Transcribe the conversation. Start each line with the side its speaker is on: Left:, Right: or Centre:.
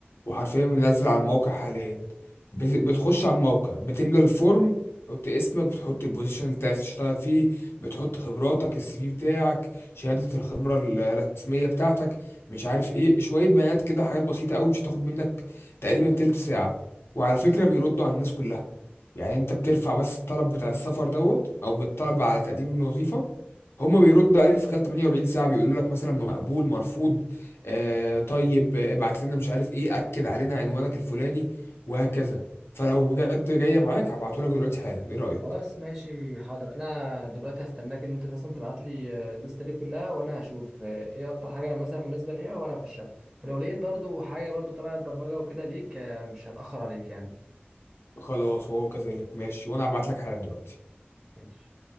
Left: وحرفيا منزل على الموقع حاليا بت- بتخش على الموقع بتملى الفورم بتحط اسمك بتحط البوزيشن اللي انت عايز تشتغل فيه بتحط خبراتك السي في بتاعك شهادة الخبرة الرسمية بتاعتك مش عارف ايه شوية بيانات كده حاجات بسيطة قوي مش هتاخد منك تقريبا تلت ساعة وعلى فكرة بيردوا على الناس كلها يعني انت بترفع بس الطلب بتاع السفر دوت او بالطلب على تقديم الوظيفة هما بيردوا عليك في خلال 48 ساعة بيقولوا لك مثلا مقبول مرفوض آه طيب آه، ابعت لنا مش عارف ايه اكد علينا عنوانك الفلاني وهكذا فلو بجد جاية معاك هبعته لك دلوقتي حالا ايه رأيك
Right: خلاص ماشي حاضر انا دلوقتي هستناك ان انت مثلا تبعت لي آه، الليسته دي كلها وانا هشوف آه، ايه اكتر حاجه مثلا مناسبه ليا وانا هخشها ولو لقيت برضه حاجه برضه تبع البرمجه وكده ليك آه، مش هتاخر عليك يعني
Left: خلاص هو كذلك ماشي وانا هبعت لك حالا دلوقتي
Right: ماشي